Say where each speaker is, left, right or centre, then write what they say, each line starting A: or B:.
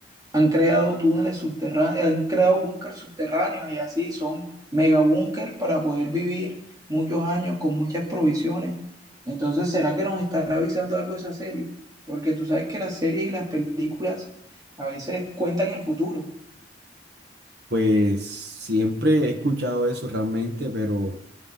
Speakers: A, on the right; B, on the right.
A: han creado túneles subterráneos, han creado búnkers subterráneos y así son mega búnker para poder vivir muchos años con muchas provisiones. Entonces, ¿será que nos estará avisando algo de esa serie? Porque tú sabes que las series y las películas a veces cuentan el futuro.
B: Pues siempre he escuchado eso realmente, pero...